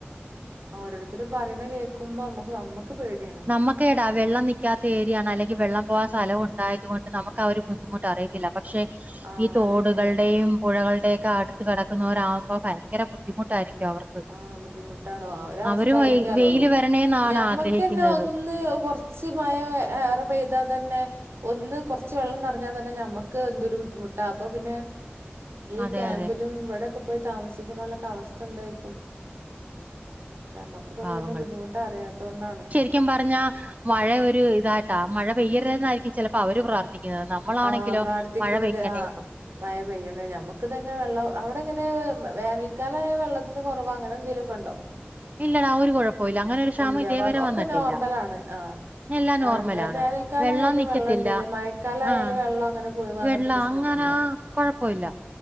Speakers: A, on the right; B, on the right.
A: ഓരോടുത്തരു പറയ്ണ് കേൾക്കുമ്പോ അമ്മ അമ്മക്ക് പേടിയാണ്.
B: നമുക്കേടാ വെള്ളം നിക്കാത്ത ഏരിയാണ് അല്ലെങ്കി വെള്ളം പോകാ സ്ഥലം ഉണ്ടായത് കൊണ്ട് നമുക്ക് ആ ഒരു ബുദ്ധിമുട്ട് അറിയത്തില്ല പക്ഷേ
A: ആഹ്
B: ഈ തോടുകളുടെയും
A: അറിയുന്നില്ല
B: പുഴകളുടെ ഒക്കെ അടുത്ത് കിടക്കുന്നവരാകുമ്പോ ഭയങ്കര ബുദ്ധിമുട്ടായിരിക്കും. അവർക്ക്
A: ആഹ് ബുദ്ധിമുട്ടാണോ അവര അവസ്ഥ
B: അവരും
A: അവൽക്കെഅറിയൊള്ളു
B: വെയി വെയില് വരണേന്നാണ്
A: ഞമ്മക്ക്ന്നെ
B: ആഗ്രഹിക്കുന്നത്
A: ഒന്ന് ന്ന് കൊർച്ച് മയ ഏ ഏറെ പെയ്താ തന്നെ. ഒന്ന് കൊർച്ച് വെള്ളം നെർഞ്ഞാ തന്നെ ഞമ്മക്ക് എന്തൊരു ബുദ്ധിമുട്ടാ അപ്പൊ പിന്നെ. ഈ
B: അതെ
A: ക്യാമ്പിലും
B: അതെ
A: ഇവിടെയൊക്കെ പോയി താമസിക്ക്ണോലൊക്കെ അവസ്ഥ എന്തായിരിക്കും. നമ്മുക്കൊക്കന്നും
B: പാവങ്ങള്
A: ഇതിന്റെ ബുദ്ധിമുട്ട് അറിയാതോണ്ടാണ്.
B: <unintelligible> പറഞ്ഞാ മഴ ഒരു ഇതായിട്ടാ മഴ പെയ്യരുത് എന്നായിരിക്കും ചെലപ്പോ അവര് പ്രാർത്തിക്കുന്നത് നമ്മ നമ്മളാണെങ്കിലോ
A: ആഹ് പ്രാർത്ഥിക്കണത്
B: മഴ പെയ്യണേന്നും
A: ആഹ് മഴ പെയ്യണേ നമുക്ക്തന്നെ വെള്ളം അവിടെ എങ്ങനെ വേനൽക്കാലമായ വെള്ളത്തിന് കുറവ അങ്ങനെ എന്തെങ്കിലൊക്കെണ്ടോ
B: ഇല്ലടാ ഒരു കുഴപ്പോല്ല അങ്ങനെ ഒരു ക്ഷാമം
A: ഇല്ല
B: ഇതേവരെ
A: കൊഴ ഒക്കെ
B: വന്നിട്ടില്ലാ.
A: നോർമലാണ് ആഹ്
B: എല്ലാം
A: ആഹ്
B: നോർമലാണ്
A: എന്താ വേനൽക്കാലായാലും
B: വെള്ളം നിക്കത്തില്ല
A: വെള്ളണ്ട് മഴക്കാലായാലും
B: ആഹ്
A: വെള്ളം അങ്ങനെ പോവാ അങ്ങനത്തെ
B: വെള്ളം
A: പ്രശ്നൊന്നുല്ല
B: അങ്ങനാ. കൊഴപ്പോഇല്ലാ